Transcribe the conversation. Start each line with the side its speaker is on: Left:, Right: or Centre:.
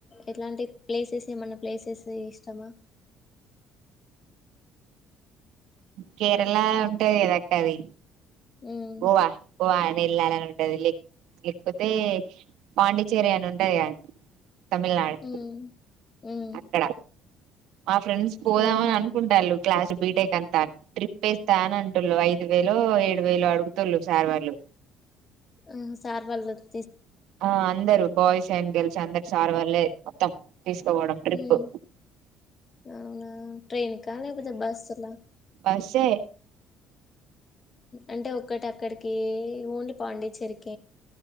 Left: ఎట్లాంటి ప్లేసెస్ ఏమన్నా ప్లేసెస్ ఇష్టమా
Right: కేరళ ఉంటది కదాక్క అది
Left: ఉమ్
Right: గోవా గోవా అ వెళ్లాలని ఉంటది లేక్ లేకపోతే పాండిచెర్రీ అని ఉంటది కదా తమిళనాడు
Left: ఉమ్ ఉమ్
Right: అక్కడ మా ఫ్రెండ్స్ పోదాం
Left: ఏమో
Right: అని అనుకుంటాన్లు క్లాస్ బీటెక్ అంతా ట్రిప్ వేస్తా అని అంటుళు ఐదు వేలో ఏడు వేలో అడుగుతుళు సార్ వాళ్ళు
Left: హ్మ్ సార్ వళ్ల్దు
Right: ఆ అందరు బాయ్స్ అండ్ గర్ల్స్ అందరి సార్ వళ్లే మొత్తం తీసుకపోవడం ట్రిప్పు
Left: ఉమ్ అవునా ఆ ట్రైన్ కా లేకపోతే బస్సుల
Right: వస్తే
Left: అంటే ఒక్కటి అక్కడికి ఓన్లీ పాండిచ్చేరికి